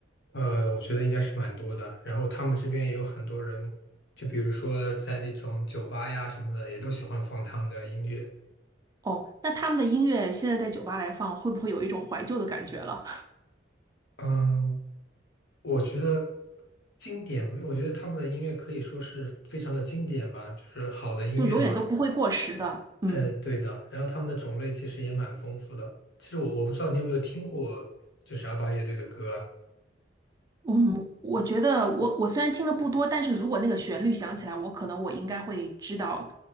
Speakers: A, on the left (about 65°); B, on the right (about 20°).
A: 呃，我觉得应该是蛮多的。然后他们这边也有很多人，就比如说在那种酒吧呀什么的，也都喜欢放他们的音乐。
B: 哦，那他们的音乐现在在酒吧来放，会不会有一种怀旧的感觉了？
A: 嗯，我觉得经典，我觉得他们的音乐可以说是非常的经典吧，就是好的音乐嘛。
B: 就永远都不会过时的。嗯。
A: 呃，对的。然后他们的种类其实也蛮丰富的。其实我我不知道你有没有听过，就是阿巴乐队的歌啊，
B: 嗯，我觉得我我虽然听的不多，但是如果那个旋律响起来，我可能我应该会知道，